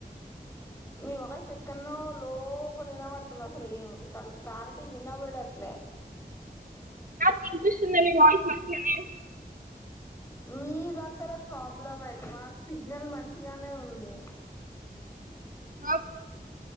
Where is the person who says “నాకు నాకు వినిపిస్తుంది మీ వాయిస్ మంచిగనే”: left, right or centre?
Right